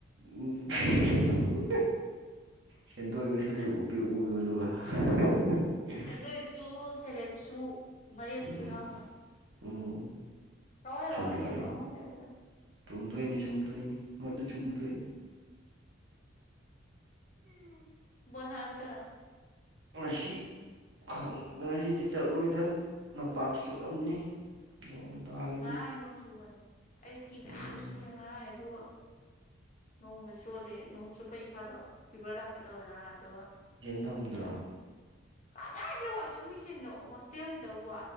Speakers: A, on the right; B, on the left.
A: ꯎꯝ <unintelligible> ꯁꯦꯟꯗꯣꯢꯋꯣ ꯁꯦꯜꯂꯤꯐ ꯄꯤꯔꯛꯑꯣꯌꯣ ꯑꯗꯨꯒ
B: ꯎꯝ
A: <unintelligible>
B: ꯁꯦꯟꯗꯣꯏꯁꯨ ꯁꯦꯂꯦꯞꯁꯨ ꯃꯔꯦꯞꯁꯨ
A: ꯎꯝ
B: ꯌꯥꯎꯅ
A: ꯎꯝ
B: ꯂꯧ
A: ꯆꯨꯝꯗꯣꯏꯅꯤ
B: <unintelligible>
A: ꯆꯨꯝꯗꯣꯏꯅꯤ ꯆꯨꯝꯝꯗꯣꯏꯅꯤ ꯃꯗꯨ ꯆꯨꯝꯗꯣꯏꯅꯤ
B: ꯕꯣꯟ ꯁꯥꯟ ꯆꯠꯇꯣꯢꯔꯣ
A: ꯉꯁꯤ ꯈꯪ ꯉꯁꯤꯗꯤ ꯆꯠꯂꯣꯏꯗ ꯂꯝꯄꯥꯛ ꯆꯣꯠꯂꯝꯅꯤ ꯅꯣꯡ ꯇꯥꯢ
B: ꯉꯔꯥꯡꯉꯩ ꯅꯣꯡ ꯁꯨꯕꯅꯤ ꯑꯩꯗꯤ ꯐꯤ ꯃꯌꯥꯝ
A: ꯎꯝ
B: ꯁꯨꯔꯦ ꯉꯔꯥꯡꯅꯦ ꯑꯗꯣ ꯅꯣꯡꯃ ꯆꯣꯠꯂꯦ ꯅꯣꯡ ꯆꯣꯠꯄꯩ ꯏꯁꯥꯗꯣ ꯐꯤꯚꯔ ꯂꯥꯛꯀꯦ ꯇꯧꯋꯦ ꯉꯔꯥꯡ ꯑꯗꯨꯒ
A: ꯇꯝꯗ꯭ꯔꯥ
B: ꯀꯗꯥꯏꯗꯩ ꯋꯥꯁꯤꯡ ꯃꯦꯆꯤꯟꯅꯣ ꯍꯣꯁꯇꯦꯜꯁꯤꯗꯧꯕꯣ